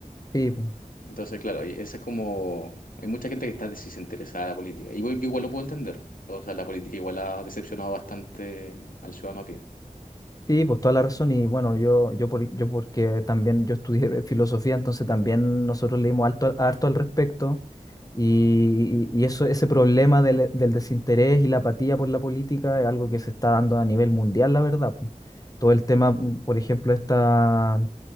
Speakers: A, on the left; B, on the left.
A: sí, pues,
B: Entonces, claro, y esa es como, hay mucha gente que está desinteresada de la política. Y igual- yo igual lo puedo entender. O sea, la política igual ha decepcionado bastante al ciudadano a pie.
A: sí, pues toda la razón. Y bueno, yo, yo, por, yo porque también yo estudié <laughs> de filosofía, entonces también nosotros leímos harto, harto al respecto. Y, y eso, ese problema del, del desinterés y la apatía por la política es algo que se está dando a nivel mundial, la verdad. pues. Todo el tema, mm, por ejemplo, esta.